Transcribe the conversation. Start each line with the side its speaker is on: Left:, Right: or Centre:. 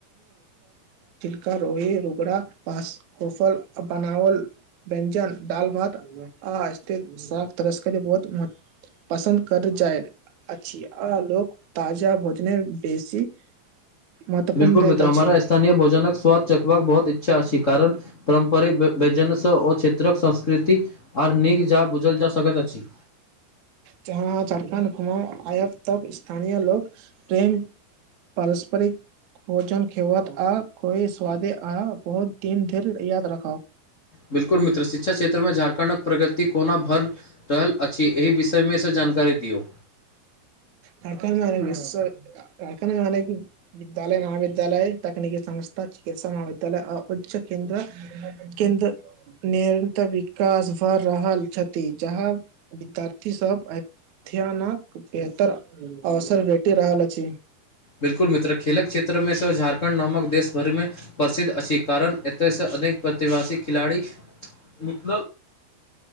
Right: रोए रुबरा ब कोफल बनावल व्यञ्जन दाल भात आ शाक तरस्कररी बहुत्व पसन्द कर जायत अछि आ लोक ताजा भोजने बेसी महत्वपूर्ण
Left: बिलकुल
Right: दैत
Left: मित्र
Right: अछि
Left: हमारा स्थानीय भोजनक स्वाद चकबाका बहुत इच्छा जा छी कारण पारम्परिक व्यन ओ क्षेत्रक संस्कृति आर नीक जा बुझल स्वगत अछि
Right: जहाँ झारखण्ड कुम आयब तक स्थानीय लोक प्रेम पारस्परिक भोजन खेवत आ कोई स्वादे आ बहुत दिन धरि याद रखाउ
Left: बिल्कुल मित्र शिक्षा क्षेत्रमे झारखंड प्रगति कोना भर रहल अछि एहि विषयमे सँ जानकारी दियौ
Right: झखणड मे विश्वक झारखण्ड मे विद्यालय महाविद्यालय तकनीक समस्त चिकित्सा महाविद्यालय आ उच्चन्द्रन्द्र निरतर विकास भऽ रहल छथि जहाँ विद्यार्थी सब अध्ययनक बेहतर अवसर भेटि रहल छी
Left: बिल्कुल मित्र खेलक क्षेत्रमे सेहो झारखंड नामक देश भरिमे प्रसिद्ध अछि कारण एतयसँ अधिक प्रतिवासी खिलाड़ी हुँ